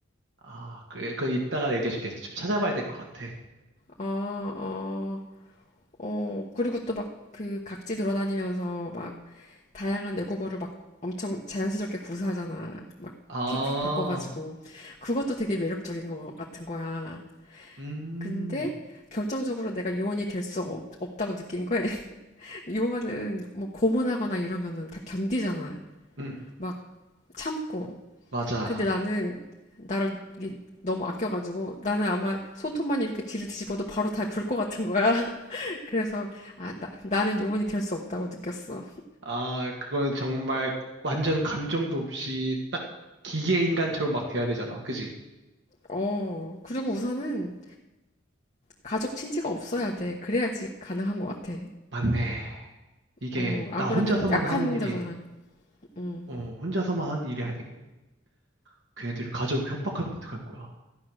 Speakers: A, on the right; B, on the left.
A: 아, 그래, 그 이따가 얘기해줄게. 좀 찾아봐야 될 것 같아.
B: 아, 어, 어. 그리고 또 막 그 각지 돌아다니면서 막 다양한 외국어를 막 엄청 자연스럽게 구사하잖아. 막
A: 아,
B: 휙휙 바꿔가지고. 그것도 되게 매력적인 것 같은 거야.
A: 음,
B: 근데 결정적으로 내가 요원이 될 수 없다고 느낀 거야 <laughs> 요원은 뭐 고문하거나 이러면은 다 견디잖아.
A: 음,
B: 막 참고.
A: 맞아.
B: 근데 나는 나를 이게 너무 아껴가지고 나는 아마 손톱만 이렇게 뒤로 뒤집어도 바로 다 불 것 같은 거야. <laughs> 그래서 아, 나, 나는 요원이 될 수 없다고 느꼈어.
A: 아, 그건 정말 완전 감정도 없이 딱 기계 인간처럼 막 돼야 되잖아. 그지?
B: 어, 그리고 우선은 가족 친지가 없어야 돼. 그래야지 가능한 것 같아.
A: 맞네. 이게
B: 어,
A: 나
B: 안
A: 혼자서만
B: 그러면 약한
A: 하는 일이,
B: 자잖아. 음.
A: 어, 혼자서만 하는 일이 아니고, 걔네들이 가족 협박하면 어떡할 거야.